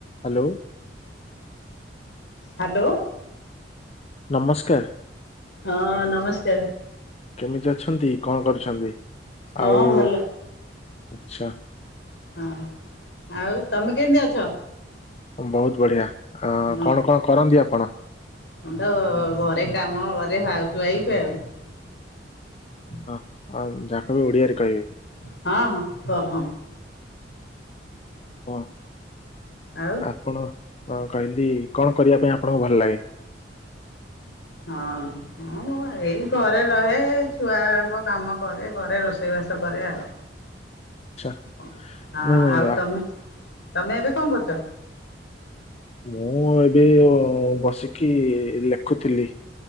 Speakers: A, on the left (about 35°); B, on the left (about 70°).
A: Hello.
B: Hello.
A: ନମସ୍କାର।
B: ହଁ ନମସ୍କାର।
A: କେମିତି ଅଛନ୍ତି, କଣ କରିଛନ୍ତି?
B: ହଁ
A: ଆଉ
B: ଭଲ
A: ଆଛା।
B: ହଁ ଆଉ ତମେ କେମିତି ଅଛ?
A: ବହୁତ ବଢିଆ ଅ
B: ହଁ
A: କଣ କଣ କରନ୍ତି ଆପଣ?
B: ମୁଁ ତ ଘରେ କାମ କରେ ହାଉସ ୱାଇଫ ଆଉ।
A: ହ ଯାହା କହିବ ଓଡିଆରେ କହିବେ।
B: ହଁ ହ କ ହଁ।
A: ହଁ
B: ଆଉ
A: ଆପଣ ହଁ କହିଲି କଣ କରିବା ପାଇଁ ଆପଣଙ୍କୁ ଭଲ ଲାଗେ?
B: ହଁ ମୁଁ ଏଇ ଘରେ ରହେ, ଛୁଆଙ୍କ କାମ କରେ, ଘରେ ରୋଷେଇବା ବାସ କରେ ଆଉ।
A: ଆଚ୍ଛା
B: ହଁ
A: ନାଇଁ ନାଇଁ
B: ଆଉ
A: ଆ,
B: ତମେ ତମେ ଏବେ କଣ କରୁଛ?
A: ମୁଁ ଏବେ ବସିକି ଲେଖୁଥିଲି।